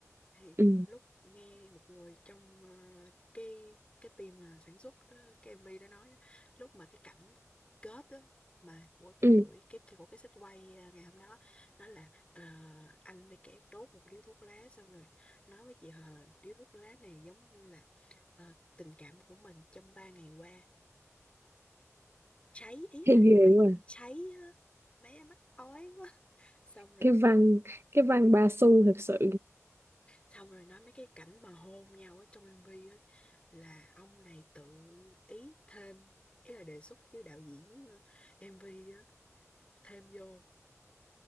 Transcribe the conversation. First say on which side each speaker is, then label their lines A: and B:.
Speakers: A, on the left; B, on the right.
A: thì
B: ừ
A: lúc nghe một người trong ờ, cái cái team mà sản xuất ờ, cái MV đó nói á, lúc mà cái cảnh kết á, mà của cái
B: ừ
A: buổi cái, cái của cái set quay ờ, ngày hôm đó nói là ờ, anh với kẻ đốt một điếu thuốc lá xong rồi nói với chị Hờ là điếu thuốc lá này giống như là ờ, tình cảm của mình trong ba ngày qua cháy ý
B: thấy
A: là
B: ghê
A: nói
B: quá
A: cháy á, bé mắc ói quá <laughs> xong rồi
B: cái văn cái văn ba xu thật sự
A: xong rồi nói mấy cái cảnh mà hôn nhau ở trong MV á là ông này tự ý thêm ý là đề xuất với đạo diễn ờ, MV á, thêm vô